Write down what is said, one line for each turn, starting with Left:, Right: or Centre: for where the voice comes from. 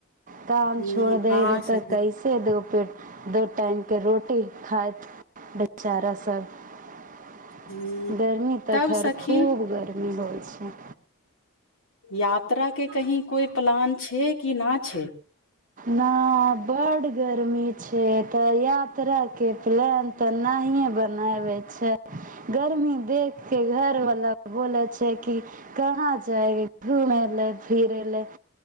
Right: काम
Left: हूँ
Right: छोड़ देब
Left: हँ सखी
Right: तऽ कैसे दो पेट द टाइमके रोटी खाइत बेचारा सब <unintelligible>
Left: हूँ
Right: गर्मी तऽ
Left: तब
Right: खैर
Left: सखी
Right: खूब गर्मी मुन हो छै
Left: यात्राके कहीं कोइ प्लान छै कि ना छै
Right: न बड गर्मी छै तऽ यात्रा के प्लान तऽ नहिे बनाबे छै गर्मी देख के घरवला बोले छै कि कहाँ जायगे घूमे ल फिरे ले